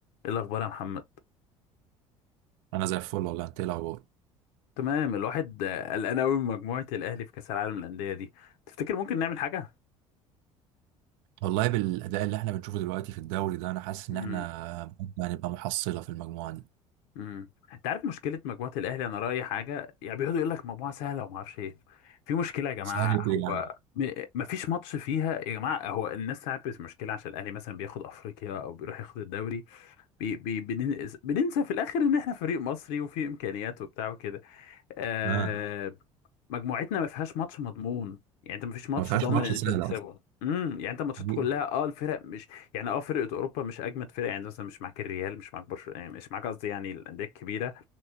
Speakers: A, on the left; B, on the right.
A: ايه الاخبار يا محمد
B: انا زي الفل والله انت إيه الاخبار
A: تمام الواحد آه، قلقان قوي من مجموعه الاهلي في كاس العالم للانديه دي تفتكر ممكن نعمل حاجه
B: والله بالاداء اللي احنا بنشوفه دلوقتي في الدوري ده انا حاسس ان
A: امم
B: احنا بجد هنبقى محصله في المجموعه دي
A: امم انت عارف مشكله مجموعه الاهلي انا رايي حاجه يعني بيقعدوا يقول لك مجموعه سهله وما اعرفش ايه في مشكله يا جماعه
B: سهلة ايه
A: هو
B: يعني
A: ما فيش ماتش فيها يا جماعه هو الناس تعرف بس مشكله عشان الاهلي مثلا بياخد افريقيا او بيروح ياخد الدوري بي بي بنن- بننسى في الاخر ان احنا فريق مصري وفي امكانيات وبتاع وكده آه
B: اه
A: مجموعتنا ما فيهاش ماتش مضمون يعني انت ما فيش ماتش
B: ما فيهاش
A: ضامن
B: ماتش
A: ان
B: سهل
A: انت تكسبه
B: اصلا
A: امم يعني انت ماتشات
B: دقيقة.
A: كلها اه الفرق مش يعني اه فرقه اوروبا مش اجمد فرقه يعني مثلا مش معاك الريال مش معاك برشلونه يعني مش معاك قصدي يعني الانديه الكبيره